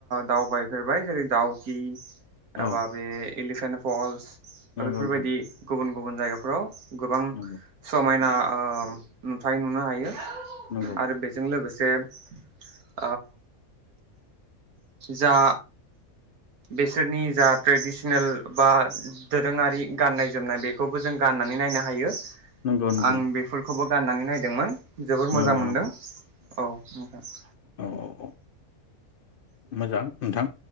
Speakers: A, on the right; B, on the left.
A: दावबायफेरबाय जेरै दावखि
B: औ
A: एबा बे एलिफेन्ट फल्स
B: नंगौ
A: बा बेफोरबायदि
B: नोंथां
A: गुबुन गुबुन जायगाफ्राव गोबां
B: नंगौ
A: समायना नुथाय नुनो हायो
B: नंगौ
A: आरो बेजों लोगोसे जे जा बेसोरनि जा ट्रेडिसनेल बा दोरोङारि गाननाय जोमनाय बेखौबो जों गाननानै नायनो हायो
B: नंगौ नंगौ
A: आं बेफोरखौबो राननानै नायदोंमोन जोबोर मोजां
B: नंगौ
A: मोनदों
B: नंगौ
A: औ नोंथां <inaudible>
B: औ औ औ मोजां नोंथां